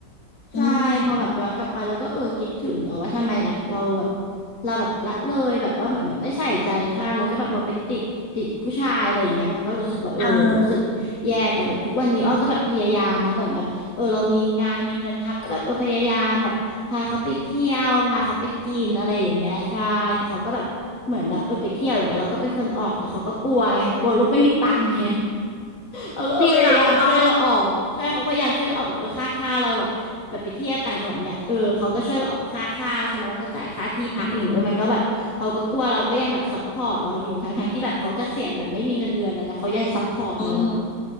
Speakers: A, on the left (about 50°); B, on the left (about 85°).
A: ใช่พอแบบย้อนกลับไปแล้วก็เออคิดถึงอะว่าทำไมแบบเราแบบ
B: อืม
A: เราแบบละเลยแบบว่าแบบเหมือนไม่ใส่ใจท่านแล้วก็แบบมาไปติดติดผู้ชายอะไรอย่างเงี้ยมันก็รู้สึกว่าเออรู้สึกแย่แต่แบบทุกวันนี้อ้อก็แบบพยายามนะเหมือนแบบเออเรามีงานมีเงินทำก็แบบเออพยายามแบบพาเขาไปเที่ยวพาเขาไปกินอะไรอย่างเงี้ยใช่แต่เขาก็แบบเหมือนแบบเออไปเที่ยวอย่างเงี้ยเราก็เป็นคนออกแต่เขาก็กลัวไงกลัวลูกไม่มีตังค์ไง
B: ใช่
A: เขาก็เออพยายามช่วยเราออกใช่เขาพยายามช่วยเราออกแบบเออค่าค่าเราแบบแบบไปเที่ยวต่างจังหวัดเนี่ยเออเขาก็ช่วยเราออกค่าข้าวใช่ไหมเราก็จ่ายค่าที่พักอย่างเงี้ยเออมันก็แบบเขาก็กลัวเราก็ยังแบบซัพพอร์ตเราอยู่ทั้งทั้งที่แบบเขาเกษียณแบบไม่มีเงินเดือนแล้วนะเขายังซัพพอร์ตเราอ่ะ
B: ดีแล้วคุณอ้ออืมอืม